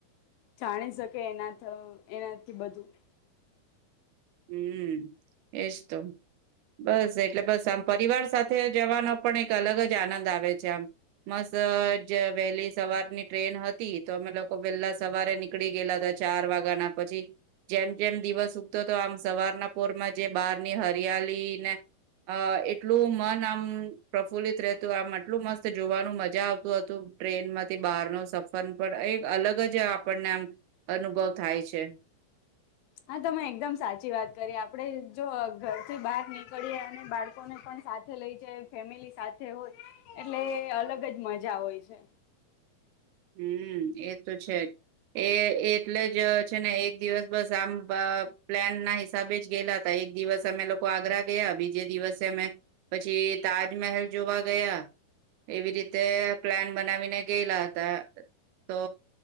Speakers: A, on the left (about 80°); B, on the right (about 90°).
A: જાણી શકે એના એનાથી બધું
B: હમ, એજ તો બસ એટલે બસ આમ પરિવાર સાથે જવાનો પણ એક અલગ જ આનંદ આવે છે, આમ મસ્ત વહેલી સવારની ટ્રેન હતી તો અમે લોકો વહેલા સવારે નીકળી ગયેલા હતા ચાર વાગ્યા ના પછી જેમ જેમ દિવસ ઉગતો આમ સવારના પોરમાં જે બહારની હરિયાળને અ એટલું મન આમ પ્રફુલ્લિત રહેતું આમ આટલું મસ્ત જોવાનું મજા આવતું હતું. ટ્રેનમાંથી બહાર નુ સફર પણ એ અલગ જ આપણને આમ અનુભવ થાય છે.
A: હા, તમે એકદમ સાચી વાત કરીએ આપડે જો ઘરથી બહાર નીકળએ અને બાળકોને પણ સાથે લઈ જાય ફેમિલી સાથે હોત એટલે અલગ જ મજા હોય છે.
B: હમ્મ, એ તો છે જ એ એટલે જ છે ને એક દિવસ બસ આમ પ્લાન ના હિસાબે જ ગયેલા હતા. એક દિવસે અમે લોકો આગ્રા ગયા, બીજે દિવસે અમે પછી તાજમહેલ જોવા ગયા એવી રીતે પ્લાન બનાવીને ગયેલા. તો